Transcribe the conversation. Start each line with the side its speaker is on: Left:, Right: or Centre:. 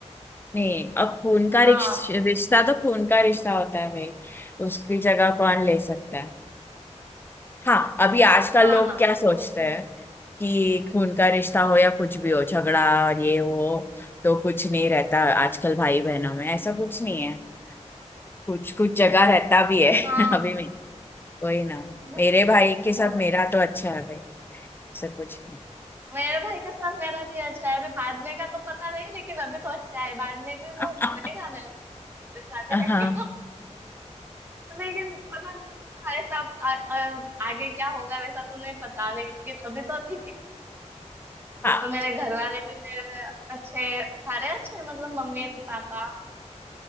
Left: नहीं अब खून का
Right: हाँ
Left: रिश- रिश्ता तो खून का रिश्ता होता है भाई उसकी जगह कौन ले सकता है हाँ अभी आजकल
Right: हाँ
Left: लोग
Right: ना
Left: क्या सोचते
Right: वो तो है।
Left: हैं कि खून का रिश्ता हो या कुछ भी हो झगड़ा और ये वो तो कुछ नहीं रहता आजकल भाई बहनों में ऐसा कुछ नहीं है कुछ कुछ जगह रहता भी है
Right: हाँ
Left: <laughs> अभी में वही ना
Right: वो,
Left: मेरे भाई के साथ
Right: वो-
Left: मेरा तो अच्छा है भाई ऐसा कुछ
Right: मेरे भाई के साथ मेरा भी अच्छा है अभी बाद में का तो पता नहीं लेकिन अभी तो अच्छा है बाद में भी वो
Left: नहीं <laughs>
Right: रहेगा मेरे मेरे साथ
Left: हाँ
Right: ही रहेगा
Left: हाँ
Right: लेकिन पता नहीं था, ऐसा आ, आ, आगे क्या होगा वैसा तो नहीं पता लेकिन अभी तो ठीक है अभी
Left: अच्छी
Right: तो मेरे घर वाले भी मेरे अच्छे सारे अच्छे हैं, मतलब मम्मी पापा